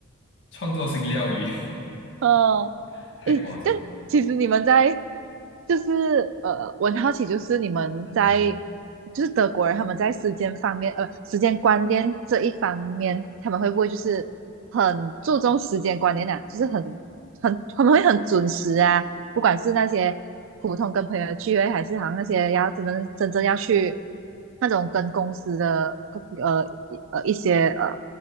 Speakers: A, on the left (about 60°); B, on the right (about 65°).
A: 创作性料理
B: <laughs> 哦，
A: <laughs> 太夸张。
B: 诶，但其实你们在就是呃，我很好奇，就是你们在
A: 嗯，
B: 就是德国人他们在时间方面，呃，时间观念这一方面，他们会不会就是很注重时间观念啊？就是很很他们会很准时啊，不管是那些普通跟朋友的聚会，还是好像那些要真的真正要去那种跟公司的呃呃一些呃